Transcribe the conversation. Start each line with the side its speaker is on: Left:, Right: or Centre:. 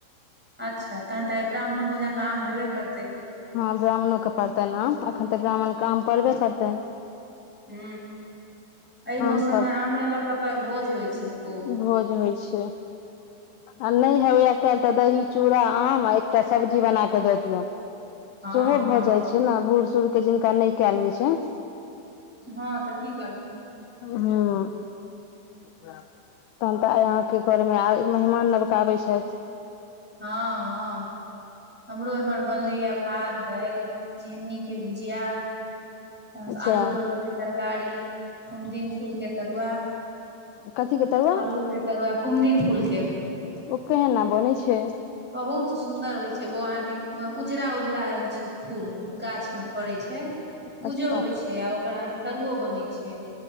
Centre: अच्छा तहन तऽ आइ ब्राह्मण भोजन मे आम हेबे करतै?
Left: हँ ब्राह्मणोके पड़तैन आम एखन तऽ ब्राह्मणके आम पड़बे करतैन।
Centre: हू एहि मौसममे
Left: सब
Centre: आमे लऽ कऽ तऽ भोज होइ छै खूब।
Left: भोज होइ छै आ नहि होइया काल्हि तऽ दही चूड़ा आम आ एकटा सब्जी बना के द दियौन।
Centre: हँ
Left: सेहो
Centre: हँ
Left: भऽ जाइ छै ने बूढ़ सुर के जिनका नहि कयल होइ छनि।
Centre: हँ तऽ की करथिन
Left: ह हं तहन तऽ यहाँके घर मे आ मेहमान नवका आबै छथि। <unintelligible>
Centre: हँ हँ- हमरो एमहर। बनलै य भात दालि। जे। <unintelligible> के बुझिया त
Left: अच्छा
Centre: आलू परोड़के तरफ। <unintelligible> तरकारी कुमदिन फूल के तरुआ।
Left: कथि के तरूआ।
Centre: आलू
Left: <unintelligible>
Centre: के तरुआ कुमदिन फूलके। <unintelligible>
Left: ओ केहना बनै छै। <unintelligible>
Centre: बहुत सुंन्दर होय छै ओ अहाँ के उजरा उजरा रहे छै फूल गाछ में फड़े छै। पूजो
Left: अच्छा
Centre: होइ छै आ ओकर अहाँके। तरुओ बनै छै।